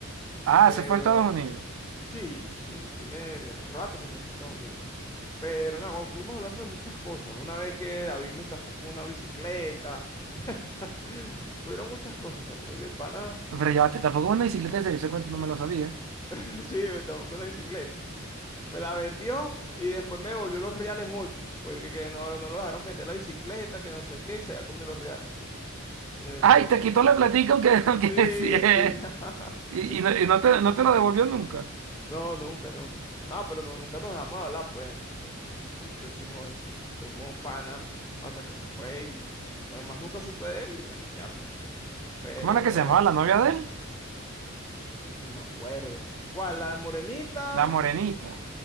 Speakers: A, on the right (about 75°); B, on the left (about 15°).
A: Ah,
B: pero
A: se fue a Estados Unidos.
B: sí, sí, tiene de- rato que se fue a Estados Unidos. Pero nada, guau, estuvimos hablando de muchas cosas. Una vez que David me estafó con una bicicleta, <gasps> <laughs> hubieron muchas cosas, chamo, de pana,
A: Pero ya, te tampoco es una bicicleta de ese cuenta no me lo sabía.
B: <laughs> sí, me estafó con una bicicleta. me la vendió y después me devolvió los reales mucho, porque que, que no, no lo dejaron vender la bicicleta, que no sé qué, y se había comido los reales. Eso,
A: Ay,
B: ma.
A: te quitó la platica aunque, <laughs>
B: Sí,
A: aunque sí, eh.
B: sí, <laughs>
A: Y,
B: sí.
A: y no, y no te, no te lo devolvió nunca.
B: No, nunca, nunca. No, pero no, nunca nos dejamos de hablar, pues. Eh, siempre hicimos, sí, fuimos panas hasta que se fue y además nunca supe de él y bueno, ya pues. Pero
A: ¿Cómo era que
B: no,
A: se llamaba
B: no,
A: la novia de él?
B: no me acuerdo. ¿Cuál? ¿La de Morenita?
A: La morenita.